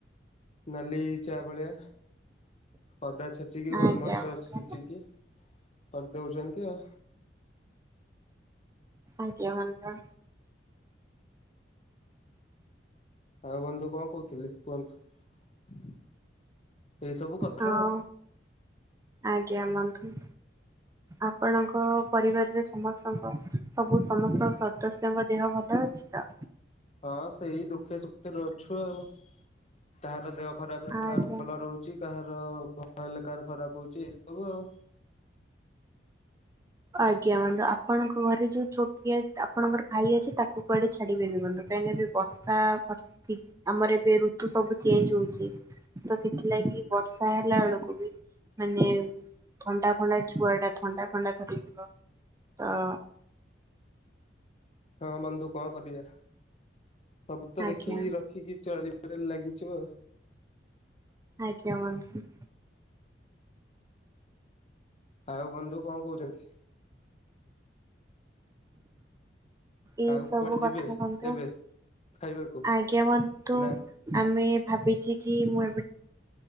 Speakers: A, on the left (about 35°); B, on the right (about 15°).
A: ନାଲି ଚା ଭଳିଆ। ଆଦା ଛେଚିକି ଗୋଲମର୍ଚ
B: ଆଜ୍ଞା ବନ୍ଧୁ
A: ଛେଚିକି ଦଉଚନ୍ତି ଆଉ।
B: ଆଜ୍ଞା ବନ୍ଧୁ।
A: ଆଉ ବନ୍ଧୁ କଣ କହୁଥିଲେ କୁହନ୍ତୁ। ଏଇ ସବୁ କଥା
B: ହଁ
A: ଆଉ
B: ଆଜ୍ଞାବନ୍ଧୁ। ଆପଣଙ୍କ ପରିବାରରେ ସମସ୍ତଙ୍କ ସବୁ ସମସ୍ତ ସଦସ୍ୟଙ୍କ ଦେହ ଭଲ ଅଛି ତ?
A: ହଁ ସେଇ ଦୁଃଖେ ସୁଖରେ ଅଛୁ ଆଉ‌। କାହାର ଦେହ ଖରାପ
B: ଆଜ୍ଞା
A: କାହାର ଭଲ ରହୁଚି କାହାର ଭଲ ହେଲେ କାହାର ଖରାପ ହଉଚି ଏ ସବୁ ଆଉ।
B: ଆଜ୍ଞା ବନ୍ଧୁ ଆପଣଙ୍କ ଘରେ ଯୋଉ ଛୋଟିଆ ଆପଣଙ୍କର ଭାଇ ଅଛି ତାକୁ କୁଆଡେ଼ ଛାଡିବେନି ବନ୍ଧୁ କାହିଁକିନା ଏବେ ବର୍ଷା ବର୍ଷି ଆମର ଏବେ ଋତୁ ସବୁ ଚେଞ୍ଜ ହଉଚି। ତ ସେଥିଲାଗି ବର୍ଷା ହେଲା ବେଳକୁ ବି ମାନେ ଥଣ୍ଡା ଫଣ୍ଡା ଛୁଆଟା ଥଣ୍ଡା ଫଣ୍ଡା ଧରିଯିବ ତ
A: ହଁ ବନ୍ଧୁ କଣ କରିବା ସବୁ ତ
B: ଆଜ୍ଞା
A: ଦେଖିକି ରଖିକି ଚଲିବା ରେ ଲାଗିଥିବ।
B: ଆଜ୍ଞା ବନ୍ଧୁ।
A: ଆଉ ବନ୍ଧୁ କଣ କହୁଚନ୍ତି?
B: ଏଇ
A: ଆଉ କୁଆଡେ
B: ସବୁ
A: ଯିବେ
B: କଥା ବନ୍ଧୁ
A: ଏବେ ଖାଇବାକୁ
B: ଆଜ୍ଞା ବନ୍ଧୁ।
A: ନା
B: ଆମେ ଭାବିଚି କି ମୁଁ ଏବେ